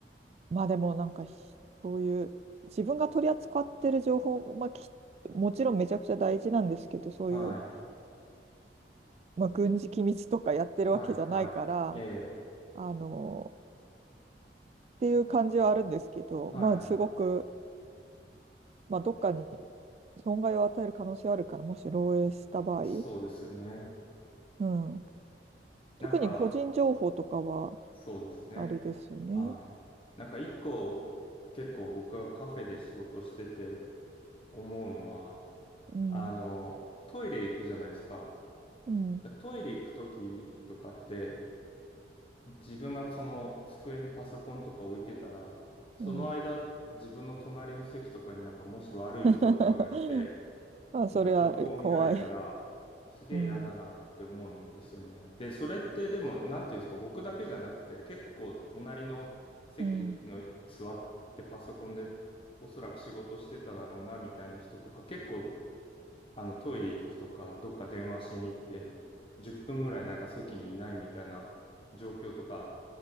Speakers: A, on the right (about 35°); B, on the left (about 30°).
A: まあでもなんかひ、そういう、自分が取り扱ってる情報、まあき、もちろんめちゃくちゃ大事なんですけど、そういう、
B: はい。
A: まあ軍事機密とかやってるわけじゃないから、
B: はい、はい。ええ。
A: あの、っていう感じはあるんですけど、
B: はい、
A: まあすごく、
B: はい。
A: まあ、どっかに損害を与える可能性はあるから、もし漏洩した場合、
B: そうですよね。
A: うん、特に個人情報とかは、
B: なんか、そうですね。
A: あれですよね。
B: はい。なんか一個、結構僕はカフェで仕事してて思うのは、
A: うん、
B: あの、トイレ行くじゃないですか。
A: うん、
B: でトイレ行くときとかって、自分がその机にパソコンとか置いてたら、その間、
A: うん。
B: 自分の隣の席とかになんかもし悪い人とかがいて、
A: <laughs> まあ、それは怖い。
B: なんか情報を見られたら、すげえ嫌だなって思うんですよね。
A: うん、
B: で、それってでも、なんていうんですか、僕だけじゃなくて、結構隣の席の座ってパソコンで
A: うん。
B: おそらく仕事してただろうなみたいな人とか結構あの、トイレ行くとか、どっか電話しに行って、10分ぐらいなんか席にいないみたいな状況とか、